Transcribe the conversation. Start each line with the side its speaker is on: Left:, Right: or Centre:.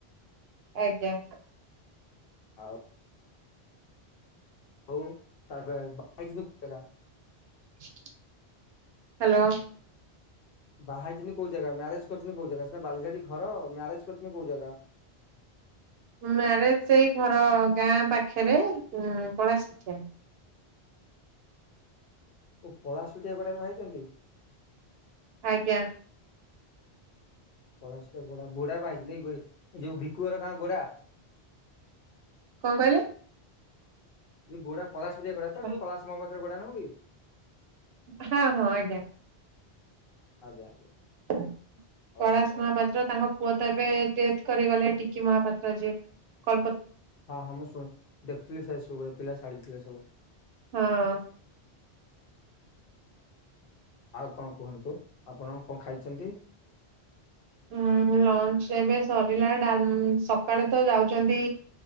Right: ଆଜ୍ଞା।
Left: ହଉ। <unintelligible>
Right: ହ୍ୟାଲୋ।
Left: ବାହାହେଇଛନ୍ତି କୋଉ ଜାଗା ମ୍ୟାରେଜ୍ କରିଛନ୍ତି କୋଉ ଜାଗା ସିନା ବାଲିଡି ଘର ମ୍ୟାରେଜ୍ କରିଛନ୍ତି କୋଉ ଜାଗା?
Right: ମାରେଜ୍ ସେଇ ଘର ଗାଁ ପାଖରେ ପଳା ଶୁଟିଆ।
Left: ଓ ପଳାଶୁଟିଆ ଗୋଡାରେ ବାହାହେଇଛନ୍ତି?
Right: ଆଜ୍ଞା।
Left: କଳା ଗୋଡା ଗୋଡା ବା ହେଇଛି ଏ ଯୋଉ ଭକୁଅର ଗାଁ ଗୋଡା।
Right: କଣ କହିଲେ?
Left: ଯୋଉ ଗୋଡା ଫସ ଫ ଗୋଡା ତ
Right: ହଁ
Left: ଯୋଉଳା ମହାପାତ୍ରରେ ଗୋଡା ନହଁ କି?
Right: ହଁ ହଁ ଆଜ୍ଞା।
Left: ଆଜ୍ଞା।
Right: କୈଳାଶ
Left: ହଉ ହଉ
Right: ମହାପାତ୍ର ତାଙ୍କ ପୁଅ ତ ଏବେ ଡେଥ୍ କରିଗଲେ ଟିକି ମହାପାତ୍ର ଯିଏ କଳ୍ପ
Left: ହଁ ହଁ ମୁଁ ଶୁଣି ଦେଖୁଥିଲି ଫେସବୁକରେ ପିଲା ଛାଡି ଥିଲେ ସବୁ।
Right: ହଁ।
Left: ଆଉ କଣ କୁହନ୍ତୁ, ଆପଣ କଣ ଖାଇଛନ୍ତି?
Right: ହଁ ଲଞ୍ଚ୍ ଏବେ ସରିଲା, ଡାଲ ସକାଳେ ତ ଯାଉଚନ୍ତି